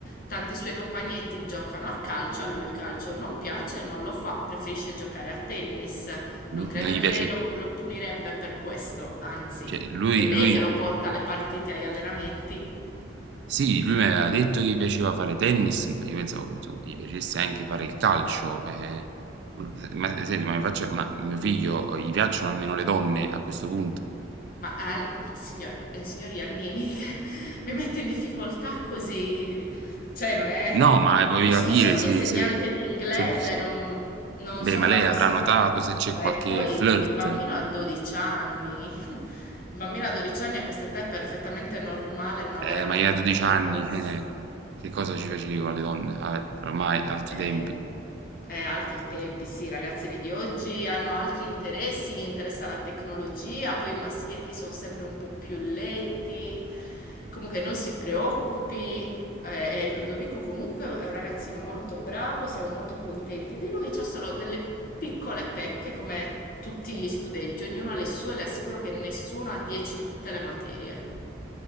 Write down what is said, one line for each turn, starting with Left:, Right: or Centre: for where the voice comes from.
Left: tanti suoi compagnetti giocano a calcio, a lui il calcio non piace e non lo fa, preferisce giocare a tennis.
Right: non
Left: Non credo
Right: non gli
Left: che
Right: piace,
Left: lei lo, lo punirebbe per questo, anzi,
Right: cioè lui,
Left: è lei
Right: lui.
Left: che lo porta alle partite, agli allenamenti.
Right: Sì, lui mi aveva detto che gli piaceva fare tennis, io pensavo che insomma, gli piacesse anche fare il calcio. eh. Ma eh, senti, ma, mi faccia- ma mio figlio eh, gli piacciono almeno le donne a questo punto?
Left: Ma al- signor, eh, signor Iannini <laughs> mi mette in difficoltà così, cioè non è...
Right: No, ma voglio
Left: Io sono
Right: capire
Left: solo un
Right: se,
Left: insegnante
Right: se-
Left: di inglese,
Right: se-
Left: non, non
Right: Beh,
Left: sono
Right: ma
Left: la
Right: lei
Left: persona
Right: avrà notato
Left: adatta.
Right: se c'è qualche
Left: E poi
Right: flirt,
Left: il bambino ha 12 anni. <laughs> Il bambino a 12 anni a questa età è perfettamente normale non avere
Right: eh,
Left: an-
Right: ma io
Left: alcun
Right: a 12
Left: interesse.
Right: anni, eh, che cosa ci facevo alle donne? Vabbè, ormai altri
Left: Eh,
Right: tempi.
Left: eh, altri tempi, sì, i ragazzini di oggi hanno altri interessi, gli interessa la tecnologia, poi i maschietti sono sempre un po' più lenti. Comunque non si preoccupi, eh, e Ludovico comunque è un ragazzino molto bravo, siamo molto contenti di lui, c'ha solo delle piccole pecche come tutti gli studenti, ognuno ha le sue, le assicuro che nessuno ha 10 in tutte le materie.